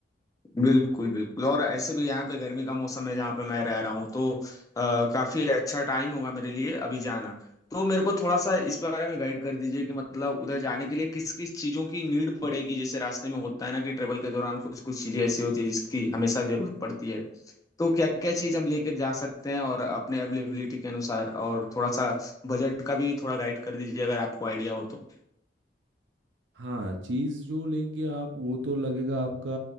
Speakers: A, on the left; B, on the right.
A: बिल्कुल बिल्कुल और ऐसे भी यहाँ पे गर्मी का मौसम है जहाँ पे मैं रह रहा हूँ तो अ, काफी अच्छा टाइम होगा मेरे लिए अभी जाना तो मेरे को थोड़ा सा इस बारे में गाइड कर दीजिए कि मतलब उधर जाने के लिए किस किस चीजों की नीड पड़ेगी जैसे रास्ते में होता है ना कि ट्रेवल के दौरान कुछ कुछ चीजें ऐसी होती है जिसकी हमेशा जरूरत पड़ती है तो क्या क्या चीज हम लेकर जा सकते हैं और अपने अवेलेबिलिटी के अनुसार और थोड़ा सा बजट का भी थोड़ा गाइड कर दीजिए अगर आपको आइडिया हो तो
B: हाँ चीज जो लेंगे आप वो तो लगेगा आपका